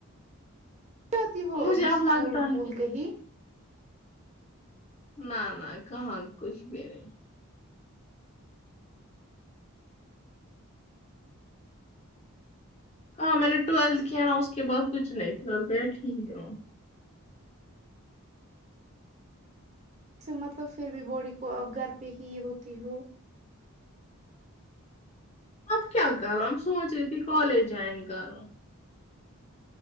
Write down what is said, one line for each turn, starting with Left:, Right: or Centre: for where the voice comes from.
Right: جاتی ہو
Left: مجھے
Right: ابھی
Left: اب
Right: سکول
Left: لگتا
Right: وکول
Left: نہیں
Right: کہی
Left: <unintelligible> کہاں کچھ بھی نہیں ہاں میں نے ٹویلتھ کیا نا اس کے بعد کچھ نہیں فیلحال بیٹھی ہی ہوں
Right: سے مطلب پھر بھی باڈی کو اب گھر پہ ہی ہوتی ہو
Left: اب کیا کرو اب سوچ رہے تھی کالج جوائن کرو